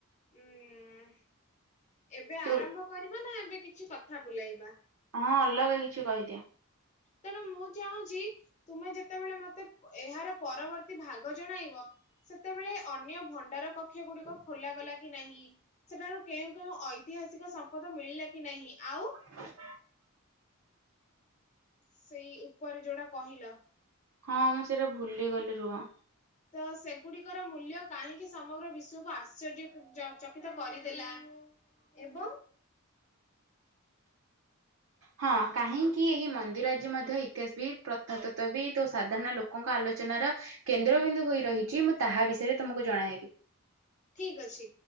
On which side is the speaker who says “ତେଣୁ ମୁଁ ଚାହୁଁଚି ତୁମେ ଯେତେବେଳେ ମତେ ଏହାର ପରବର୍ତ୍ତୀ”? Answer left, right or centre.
Left